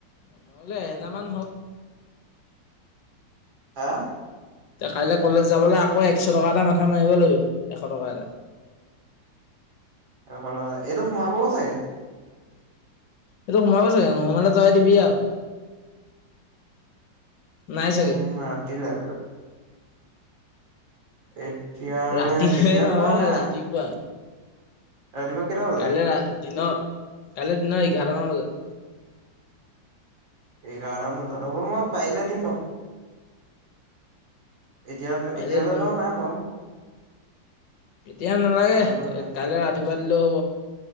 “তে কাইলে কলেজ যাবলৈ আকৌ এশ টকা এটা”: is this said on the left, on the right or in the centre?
Left